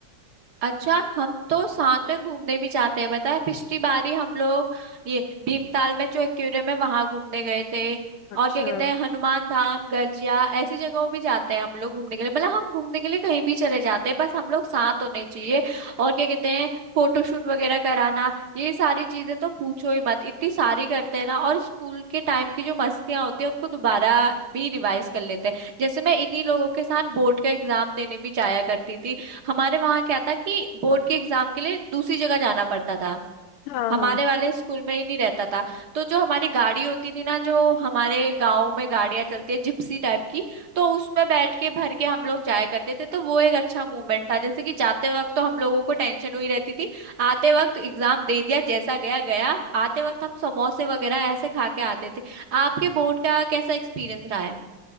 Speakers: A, on the right; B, on the left.
A: अच्छा हम तो साथ में घूमने भी जाते हैं बताए पिछली बारी हम लोग ये भीमताल में जो एक्वेरियम है वहां घूमने गए थे
B: अच्छा
A: और क्या कहते हैं हनुमान धाम गर्जिया ऐसी जगहों भी जाते हैं हम लोग घूमने के लिए मतलब हम घूमने के लिए कहीं भी चले जाते हैं बस हम लोग साथ होने चाहिए और क्या कहते हैं फोटोशूट वगैरह कराना ये सारी चीजें तो पूछो ही मत इतनी सारी करते हैं ना और स्कूल के टाइम की जो मस्तियां होती है उनको दोबारा भी रिवाइज कर लेते हैं जैसे मैं इन्हीं लोगों के साथ बोर्ड का एग्जाम देने भी जाया करती थी हमारे वहां क्या था कि बोर्ड के एग्जाम के लिए दूसरी जगह जाना पड़ता था
B: हाँ
A: हमारे
B: हाँ
A: वाले स्कूल में ही नहीं रहता था तो जो हमारी गाड़ी होती थी ना जो हमारे गांव में गाड़ियां चलती है जिप्सी टाइप की तो उसमें बैठ के भर के हम लोग जाया करते थे तो वो एक अच्छा मूवमेंट था जैसे कि जाते वक्त तो हम लोगों को टेंशन हुई रहती थी आते वक्त एग्जाम दे दिया जैसा गया गया आते वक्त हम समोसे वगैरह ऐसे खा के आते थे आपके बोर्ड का कैसा एक्सपीरियंस रहा है